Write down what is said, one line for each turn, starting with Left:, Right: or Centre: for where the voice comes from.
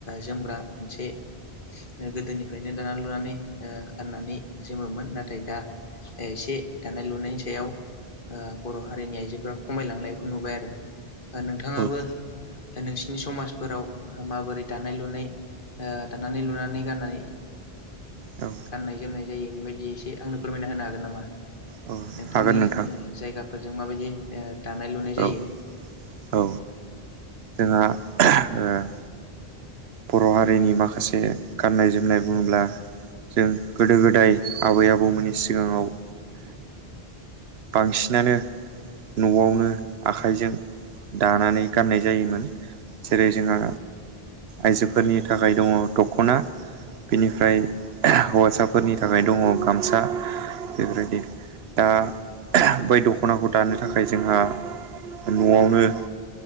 Left: जोमग्रा मोनसे गोदोनिफ्रायनो दा लुनानै गाननानै जोमोमोन नाथाय दा एसे दानाय लुनायनि सायाव। बर' हारिनि आइजोफोरा खमायलांनायखौ नुबाय आरो नोंथाङाबो
Right: औ
Left: नोंसिनि समाजफोराव माबोरै दानाय-लुनाय, दानानै-लुनानै गाननानै
Right: औ।
Left: गाननाय जोमनाय जायो बेबायदि एसे आंनो फोरमायना होनो हागोन नामा
Right: औ
Left: नोंथांनि
Right: हागोन नोंथां
Left: जायगाफोरजों माबायदि दानाय-लुनाय
Right: औ
Left: जायो।
Right: औ जोंहा ओ बर' हारिनि माखासे गाननाय जोमनाय बुङोब्ला। जों गोदो-गोदाय, आबै-आबौमोननि सिगाङाव बांसिनानो न'आवनो आखाइजों दानानै गाननाय जायोमोन जेरै जोंहा आइजोफोरनि थाखाय दङ दख'ना बिनिफ्राय हौवासाफोरनि थाखाय दङ गामसा बेफोरदि दा बै दख'नाखौ दानो थाखाय जोंहा न'आवनो।